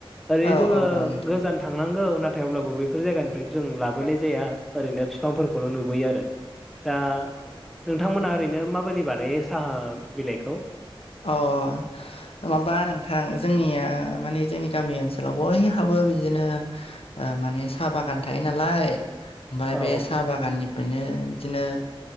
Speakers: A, in the centre; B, on the left.
A: ओरैनो
B: औ
A: जोङो
B: औ औ नोंथां
A: गोजान थांनांगौ नाथाय अब्लाबो ब बेफोर जायगानिफ्राय जों लाबोनाय जाया ओरैनो बिफांफोरखौल' नुबोयो आरो दा नोंथांमोना ओरैनो माबायदि बानायो साहा बिलाइखौ
B: अ माबा नोंथां जोंनिया माने जोंनि गामि ओनसोलावबो बयहाबो बिदिनो ओ माने साहा बागान थायो नालाय ओमफाय
A: औ
B: बे साहा बागाननि ओरैनो बिदिनो